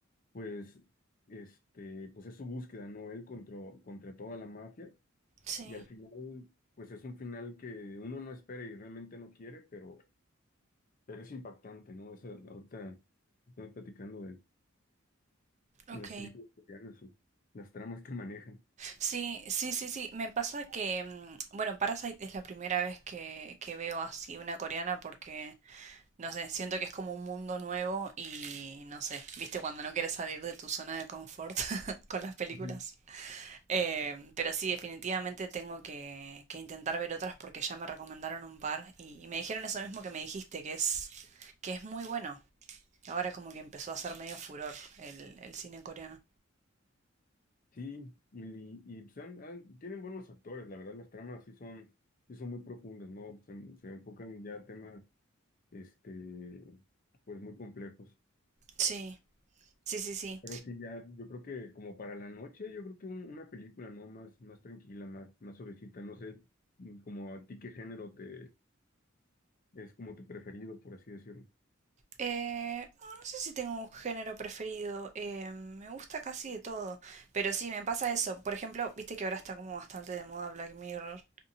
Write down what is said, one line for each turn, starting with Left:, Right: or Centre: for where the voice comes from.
Left: pues, este, pues es su búsqueda, ¿no? Él contra, contra toda la mafia
Right: Sí.
Left: Y al final, pues es un final que uno no espera y realmente no quiere, pero, pero es impactante, ¿no? Esa, ahorita estamos platicando de, de
Right: Ok.
Left: las películas coreanas, o las tramas que manejan.
Right: Sí, sí, sí, sí. Me pasa que, mm, bueno, Parasite es la primera vez que, que veo así una coreana porque No sé, siento que es como un mundo nuevo y no sé, viste cuando no quieres salir de tu zona de confort <laughs> con las películas.
Left: Ujú.
Right: Eh, pero sí, definitivamente tengo que, que intentar ver otras porque ya me recomendaron un par y, y me dijeron eso mismo que me dijiste, que es, que es muy bueno. Ahora como que empezó a ser medio furor el, el cine coreano.
Left: Sí, y, y, pues, han- han- tienen buenos actores, la verdad, las tramas sí son, sí son muy profundas, ¿no? Se, se enfocan ya a temas, este, pues muy complejos.
Right: Sí, sí, sí, sí.
Left: Pero sí, ya, yo creo que como para la noche, yo creo que un- una película, ¿no? Más, más tranquila, más, más suavecita. No sé, mm, como a ti qué género te es como tu preferido, por así decirlo.
Right: Eh, no, no sé si tengo un género preferido. eh, me gusta casi de todo. Pero sí, me pasa eso. Por ejemplo, viste que ahora está como bastante de moda Black Mirror.